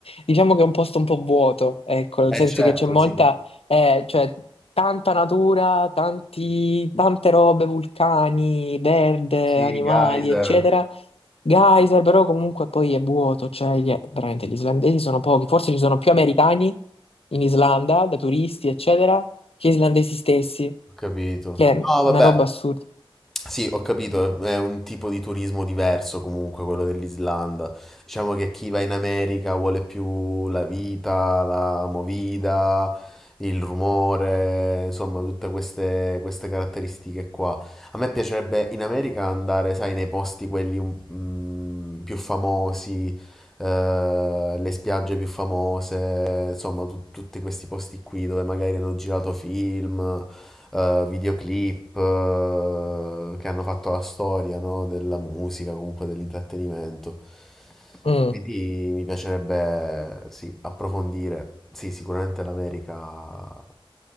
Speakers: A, on the left; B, in the centre.
A: diciamo che è un posto un po' vuoto, ecco, nel
B: Eh
A: senso
B: certo,
A: che c'è molta,
B: sì.
A: eh, cioè, tanta natura, tanti, tante robe, vulcani, verde,
B: Sì,
A: animali,
B: geyser.
A: eccetera.
B: Ho
A: Geyser, però comunque poi è vuoto, cioè, gli- veramente gli islandesi sono pochi, forse ci sono più americani in Islanda, da turisti, eccetera, che islandesi stessi,
B: capito.
A: che è
B: No,
A: una
B: vabbè.
A: roba assurda.
B: Sì, ho capito, è è un tipo di turismo diverso comunque quello dell'Islanda. Diciamo che chi va in America vuole più la vita, la movida, il rumore, insomma, tutte queste, queste caratteristiche qua. A me piacerebbe in America andare, sai, nei posti quelli un- mm, più famosi, eh, le spiagge più famose, insomma, tu- tutti questi posti qui dove magari hanno girato film eh, videoclip eh, che hanno fatto la storia, no? Della musica, comunque dell'intrattenimento.
A: Mm.
B: Quindi mi piacerebbe, sì, approfondire. Sì, sicuramente l'America,